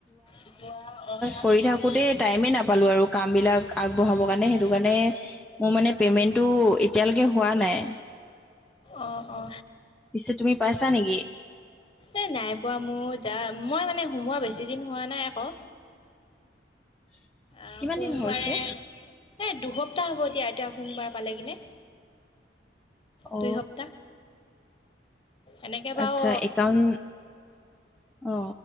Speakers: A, on the left (about 30°); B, in the centre.
A: এতিয়া অহা
B: কৰি থাকোতে টাইমেই নাপালো আৰু কামবিলাক আগবঢ়াবৰ কাৰণে সেইটো কাৰণে মোৰ মানে পেমেন্টটো এতিয়ালৈকে হোৱা নাই।
A: অ', অ।
B: পিছে তুমি পাইছা নেকি?
A: এ নাই পোৱা মোৰ যা মই মানে সোমোৱা বেছি দিন হোৱা নাই আকৌ।
B: <inaudible>
A: আহ
B: কিমান
A: সোমবাৰে
B: দিন হৈছে
A: এ দুসপ্তাহ হ'ব এতিয়া এতিয়া সোমবাৰ পালে কিনে।
B: অ।
A: দুই সপ্তাহ এনেকে বাৰু
B: আচ্ছা', একাউম অ,